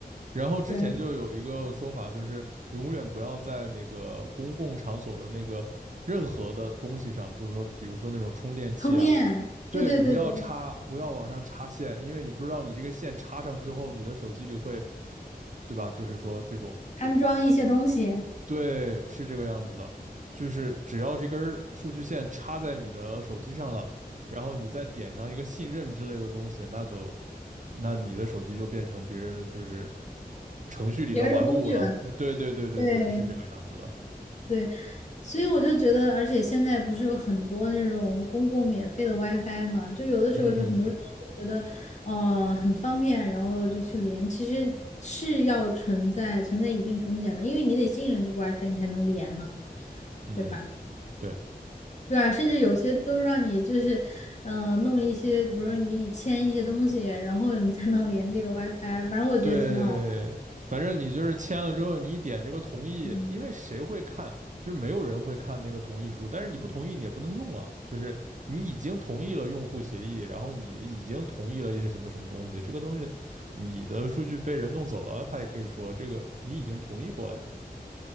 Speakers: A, on the right; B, on the left.
A: 然后之前就有一个说法，
B: 对啊，
A: 就是永远不要在那个公共场所的那个任何的东西上，不是说，比如说那种充电器啊，
B: 充电，
A: 对，
B: 对对对对，
A: 不要插，不要往上插线，因为你不知道你这个线插上之后，你的手机里会，对吧？就是说这种，
B: 安装一些东西，
A: 对，是这个样子的，就是只要这根儿数据线插在你的手机上了，然后你再点上一个信任之类的东西，那就那你的手机就变成别人就是程序里的玩物了。
B: 别人的工具，
A: <laughs> 对对对对对，
B: 对。
A: 是这个样子的。
B: 对，所以我就觉得，而且现在不是有很多那种公共免费的 WiFi 嘛，就有的时候就很多人觉得，
A: 嗯
B: 呃，很方便，然后就去连，其实是要存在存在一定风险的，因为你得信任这个 WiFi 你才能连嘛，
A: 嗯，
B: 对吧？
A: 对。
B: 对啊，甚至有些都让你就是，呃，弄一些，比如说你给你签一些东西，然后你才能连这个 WiFi，反正我觉得挺好玩儿。
A: 对，反正你就是签了之后，你一点这个同意，
B: 嗯
A: 因为谁会看？就是没有人会看那个同意书，但是你不同意你也不能用啊。就是你已经同意了用户协议，然后你已经同意了一些什么什么东西，这个东西你的数据被人弄走了，他也可以说这个你已经同意过了呀。